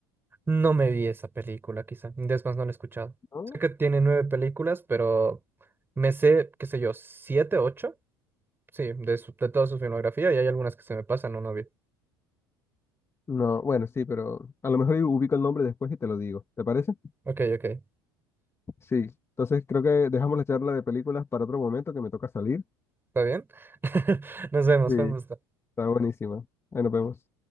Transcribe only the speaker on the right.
No me vi esa película, quizá. Es más, no la he escuchado.
Sé que tiene nueve películas, pero me sé, qué sé yo, siete, ocho. Sí, de, su- de toda su filmografía y hay algunas que se me pasan o no vi.
Ok, ok.
¿Está bien? <laughs> Nos vemos,
fue un gusto.